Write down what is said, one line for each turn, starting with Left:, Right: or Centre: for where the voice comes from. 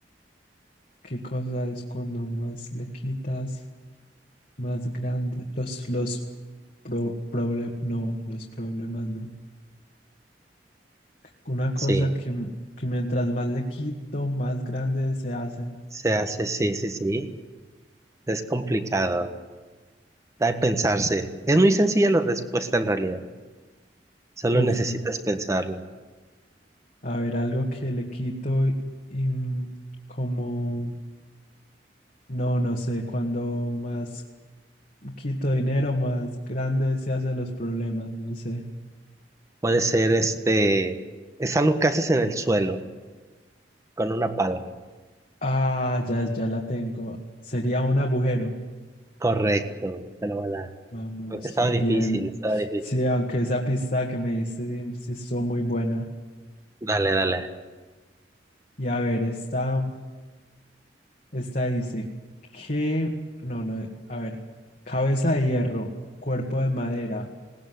Left: ¿qué cosa es cuando más le quitas, más grande? Los, los problemas, no, los problemas no. Una cosa
Right: Sí,
Left: que, m- que mientras más le quito, más grande se hace.
Right: se hace, sí, sí, sí. Es complicado. Da de pensarse. Es muy sencilla la respuesta en realidad. Solo
Left: Uf,
Right: necesitas pensarlo.
Left: a ver, algo que le quito y, y, mm, como, no, no sé, cuando más quito dinero, más grande se hacen los problemas, no sé.
Right: Puede ser este. Es algo que haces en el suelo, con una pala.
Left: Ah, ya, ya la tengo. Sería un agujero.
Right: Correcto, te lo voy a dar.
Left: Vamos,
Right: Porque estaba difícil,
Left: bien.
Right: estaba difícil.
Left: Sí, aunque esa pista que me diste sí, sí estuvo muy buena.
Right: Dale, dale.
Left: Y a ver, esta, esta dice que, no, no, a ver, cabeza de hierro, cuerpo de madera.